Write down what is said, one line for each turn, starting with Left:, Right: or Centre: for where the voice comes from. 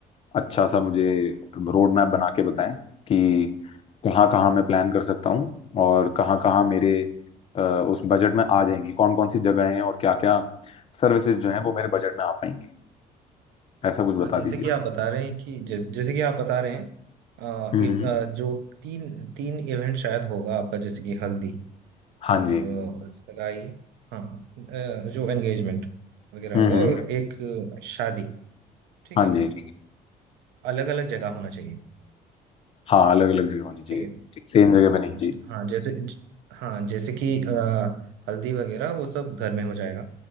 Left: अच्छा सा मुझे रोड मैप बना के बताएं कि कहाँ कहाँ मैं प्लान कर सकता हूँ और कहाँ कहाँ मेरे अ, उस बजट में आ जाएंगी कौन कौन सी जगह हैं और क्या क्या सर्विसेज जो हैं वो मेरे बजट में आ पाएंगी ऐसा कुछ बता
Right: हाँ जैसे
Left: दीजिए
Right: कि आप बता रहे हैं कि जै, जैसे कि आप बता रहे हैं अ,
Left: हम्म
Right: इव-
Left: हम्म,
Right: अ, जो तीन तीन इवेंट शायद होगा आपका जैसे कि हल्दी और
Left: हाँ जी
Right: अ, सगाई हाँ अ, जो एंगेजमेंट वगैरह
Left: हम्म
Right: होगा
Left: हम्म,
Right: और एक अ, शादी ठीक
Left: हाँ
Right: है
Left: जी
Right: अलग अलग जगह होना चाहिए
Left: हाँ अलग अलग जगह होनी चाहिए
Right: ठीक है
Left: सेम जगह पे नहीं चाहिए
Right: ज- हाँ जैसे ज- हाँ जैसे कि अ, हल्दी वगैरह वो सब घर में हो जाएगा